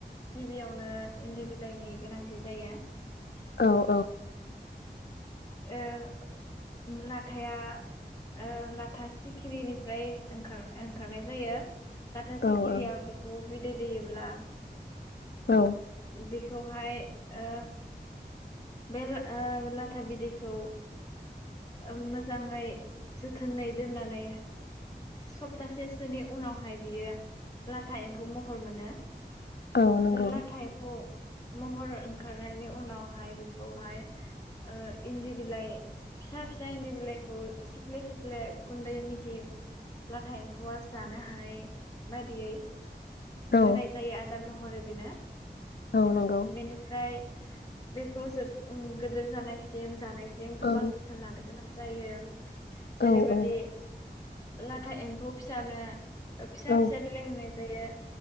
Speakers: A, on the left (about 20°); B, on the left (about 75°).
A: गिबियावनो इन्दि बिलाइनि गोनांथि जायो ।
B: औ औ ।
A: ओ ला लाथाया ओ ला था सिखिरिनिफ्राय ओंखार ओंखारनाय जायो । लाथा
B: औ
A: सिखिरिया
B: औ
A: बेखौ बिदै दैयोब्ला
B: औ ।
A: बेखौहाय ओ बे लाथा बिदैखौ मोजाङै जोथोनै दोननानै सप्तासेसोनि उनावहाय बियो लाथा एम्फौ महर मोनो ।
B: औ नंगौ
A: बे लाथा एमफौ महर ओंखारनायनि उनावहाय बे बे खौहाय इन्दि बिलाइ फिसा फिसा इन्दि बिलाइखौ सिफ्ले सिफ्ले गुन्दै मिहि लाथा एम्फौआ जानो हानाय बायदियै
B: औ
A: होनाय जायो आदार महर बेनो
B: औ नंगौ
A: बेनिफ्राय बे जोब गिदिर जानायसिम जानायसिम सिम गोबां
B: औ
A: जोथोन लानो गोनां जायो । जेरै
B: औ
A: बादि
B: औ
A: लाथा एम्फौ फिसानो फिसा
B: औ
A: फिसा बिलाइ होनाय जायो ।